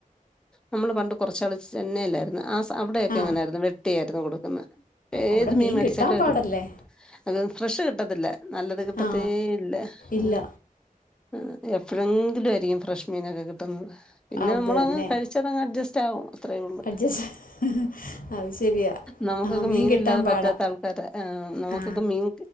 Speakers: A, in the centre; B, on the left (about 70°).
A: നമ്മള് പണ്ട് കുറച്ചാൾ ചെന്നൈല്ലായിരുന്നു ആ അവിടെയക്കെ
B: ആ
A: എങ്ങനെയായിരുന്നു വെട്ടിയ ട്ടന്ന കൊടുക്കുന്നെ ഏത്
B: അവിടെ
A: മീൻ മെടിച്ചാലവര്
B: കിട്ടാൻ പാടല്ലേ
A: അത് ഫ്രഷ് കിട്ടത്തില്ല നല്ലത്
B: ആ
A: തേ ഇല്ല ഹേ
B: ഇല്ല
A: ആ എപ്പോഴെങ്കിലും ആയിരിക്കും ഫ്രഷ്മീനൊക്കെ കിട്ടുന്നത് പിന്നെ
B: അത്
A: നമ്മളങ്
B: തന്നെ
A: കഴിച്ചതങ് അഡ്ജസ്റ്റ് ത്തൗ അത്രേ ഒള്ളു
B: അഡ്ജസ്റ്റ് അത് ശരിയാ
A: നമക്കൊക്കെ
B: ആ മീൻ
A: മീനില്ലാതെ
B: കിട്ടാൻ പാടാ
A: പറ്റാത്ത ആൾക്കാര ആ നമ്മുക്കൊക്കെ
B: ആ
A: മീൻ